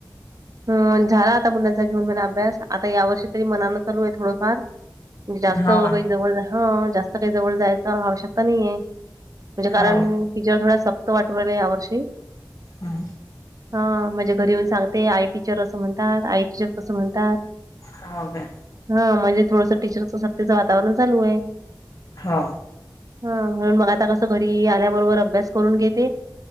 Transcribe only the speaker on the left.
हाव
हाव.
हा.
हाव काय?
हा